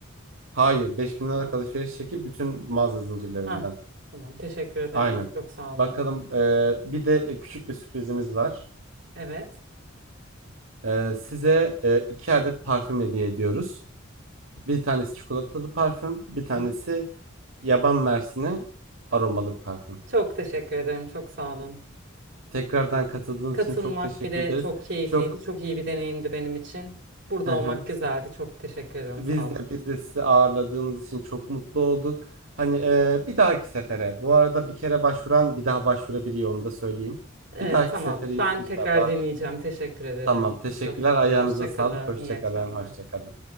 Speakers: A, on the right; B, on the right.
A: Hayır, 5000 liralık
B: Ha.
A: alışveriş çeki bütün mağaza zincirlerinden.
B: Ha, tamam teşekkür ederim.
A: Aynen.
B: Çok sağ olun.
A: Bakalım, ee, bir de e, küçük bir sürprizimiz var.
B: Evet.
A: Ee, size e, iki adet parfüm hediye ediyoruz. Bir tanesi çikolatalı parfüm, bir tanesi
B: Aha.
A: yaban mersini aromalı bir parfüm.
B: Çok teşekkür ederim. Çok sağ olun.
A: Tekrardan katıldığınız
B: Katılmak
A: için çok teşekkür
B: bile
A: ederiz.
B: çok keyifliydi.
A: Çok...
B: Çok iyi bir deneyimdi benim için. Burada
A: <laughs>
B: olmak güzeldi. Çok teşekkür ederim.
A: Biz
B: Sağ olun.
A: de biz de sizi ağırladığımız için çok mutlu olduk. Hani e, bir dahaki sefere. Bu arada bir kere başvuran bir daha başvurabiliyor onu da söyleyeyim.
B: Ee,
A: Bir dahaki
B: tamam.
A: sefere inşallah.
B: Ben tekrar deneyeceğim. Teşekkür ederim.
A: Tamam. Teşekkürler.
B: Çok sağ
A: Ayağınıza
B: olun. Hoşça
A: sağlık.
B: kalın.
A: Hoşça
B: İyi akşamlar.
A: kalın. Hoşça kalın.